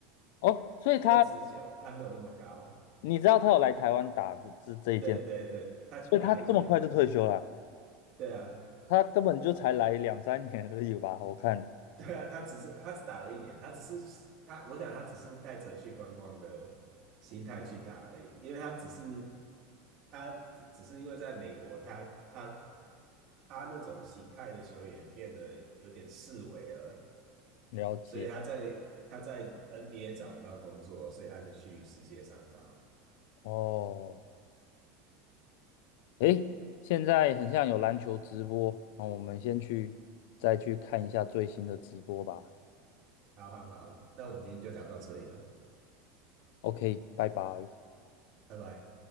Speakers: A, on the left; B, on the right.
A: 哦，所以他
B: 六十九，他没有那么高。
A: 你知道他有来台湾打这这这一件，
B: 对对对，他打一年，
A: 所以他这么快就退休了，
B: 对啊
A: 他根本就才来两三年而已吧？我看
B: 对啊，他只是他只打了一年，他只是他，我想他只是带着去观光的心态去打而已，因为他只是他只只是因为在美国，他他他那种形态的球员变得有点式微了，
A: 了解
B: 所以他在他在 NBA 找不到工作，所以他就去世界上找。
A: 哦，诶，现在很像有篮球直播，那我们先去再去看一下最新的直播吧。
B: 好好好，那我们今天就聊到这里了，
A: OK，拜拜。
B: 拜拜。